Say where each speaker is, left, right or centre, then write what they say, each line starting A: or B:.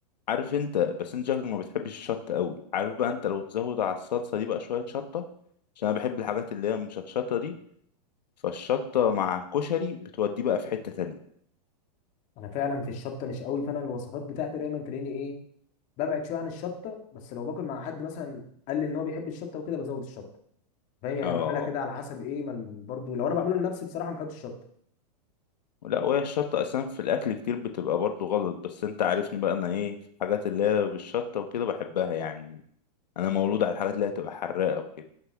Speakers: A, on the left (about 90°); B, on the left (about 35°).
A: عارف انت بس انت شكلك ما بتحبش الشطه قوي عارف بقى انت لو تزود على الصلصه دي بقى شويه شطه عشان انا بحب الحاجات اللي هي مش هتشطه دي فالشطه مع الكشري بتوديه بقى في حته تانية
B: انا فعلا في الشطه مش قوي فانا الوصفات بتاعتي دايما تلاقيني ايه ببعد شويه عن الشطه بس لو باكل مع حد مثلا قال لي ان هو بيحب الشطه وكده بزود الشطه فاهم يعني
A: اه
B: بعملها كده على حسب ايه ما ال- برضو لو انا بعمله لنفسي بصراحه ما بحطش شطه
A: لا وهي الشطه اصلا في الاكل كتير بتبقى برضو غلط بس انت عارفني بقى انا ايه في الحاجات اللي هي بالشطه وكده بحبها يعني انا مولود على الحاجات اللي هي تبقى حراقه وكده